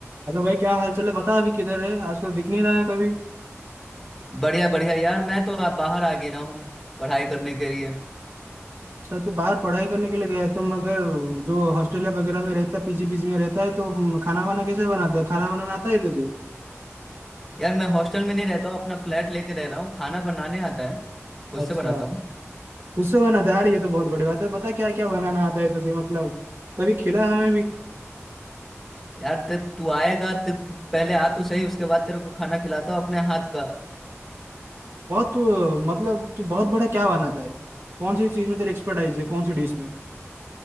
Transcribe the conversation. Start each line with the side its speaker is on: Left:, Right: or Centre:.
Right: Hello भाई क्या हाल चाल है बता अभी किधर है आजकल दिख नहीं रहा है कभी
Centre: बढ़िया बढ़िया यार मैं तो आप बाहर आ गया हूँ पढ़ाई करने के लिए
Right: शायद तू बाहर पढ़ाई करने के लिए गया है तुम अगर जो हॉस्टल या वगैरह में रहता पीजी पीजी में रहता है तो हम्म, खाना वाना कैसे बनाता है खाना बनाना आता है तुझे
Centre: यार मैं हॉस्टल में नहीं रहता हूँ अपना फ्लैट लेके रह रहा हूँ खाना बनाने आता है खुद से
Right: अच्छा
Centre: बनाता हूँ
Right: उससे बनाता है यार ये तो बहुत बड़ी बात है पता क्या क्या बनाना आता है तुझे मतलब कभी खिला हमें भी
Centre: यार तब तू आएगा तब तू पहले आ तो सही उसके बाद तेरे को खाना खिलाता हूँ अपने हाथ का
Right: बहुत तू मतलब तू बहुत बड़ा क्या बनाता है कौन सी चीज में तेरी एक्सपर्टाइज है कौन सी डिश में